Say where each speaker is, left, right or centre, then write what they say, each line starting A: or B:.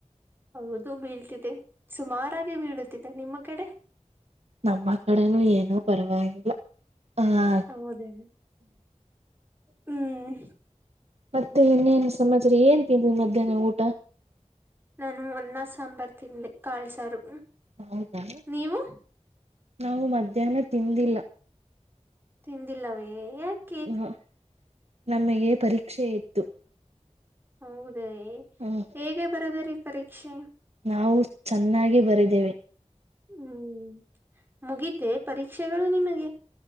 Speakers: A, on the right; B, on the right.
A: ಹೌದು ಬೀಳ್ತಿದೆ ಸುಮಾರಾಗಿ ಬೀಳುತ್ತಿದೆ ನಿಮ್ಮ ಕಡೆ
B: ನಮ್ಮ ಕಡೆನೂ ಏನೂ ಪರವಾಗಿಲ್ಲ ಹ
A: ಹೌದೇ ಹ್ಮ್
B: ಮತ್ತೆ ಇನ್ನೇನ್ ಸಮಾಜ್ರ ಏನ್ ತಿಂದ್ರಿ ಮಧ್ಯಾಹ್ನ ಊಟ
A: ನಾನುನ್ನ ಸಾಂಬಾರ್ ತಿಂದೆ ಕಾಳ್ಸಾರು
B: ಹೌದಾ
A: ನೀವು
B: ನಾವು ಮಧ್ಯಾಹ್ನ ತಿಂದಿಲ್ಲ
A: ತಿಂದಿಲ್ಲವೇ ಯಾಕೆ
B: ಹ ನಮಗೆ ಪರೀಕ್ಷೆ ಇತ್ತು
A: ಹೌದ
B: ಹ್ಮ
A: ಹೇಗೆ ಬರದ ರೀ ಪರೀಕ್ಷೆ
B: ನಾವು ಚೆನ್ನಾಗಿ ಬರಿದ್ದೇವೆ
A: ಹ್ಮ್ ಮುಗಿತೆ ಪರೀಕ್ಷೆಗಳು ನಿಮಗೆ